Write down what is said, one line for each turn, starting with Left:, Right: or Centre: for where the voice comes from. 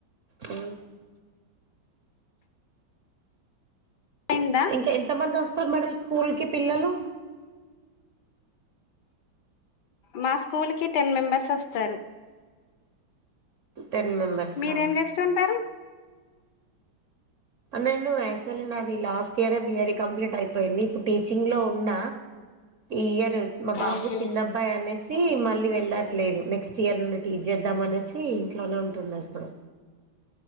Right: ఊ
Left: అయిందా
Right: ఇంకా ఎంత మంది వస్తారు మేడం స్కూల్ కి పిల్లలు
Left: మా స్కూల్ కి టెన్ మెంబర్స్ వస్తారు
Right: టెన్ మెంబర్సా
Left: మీరేం చేస్తు ఉంటారు
Right: నేను యాక్చువల్లీ నాది లాస్ట్ ఇయరే బిఐడి కంప్లీట్ అయిపోయింది ఇప్పుడు టీచింగ్ లో ఉన్న ఈ ఇయర్ మా బాబు
Left: ఓకే
Right: చిన్న అబ్బాయి అనేసి మళ్ళీ వెళ్ళట్లేదు నెక్స్ట్ ఇయర్ ఉన్నటి చేద్దాం అనేసి ఇంట్లోనే ఉంటున్న ఇప్పుడు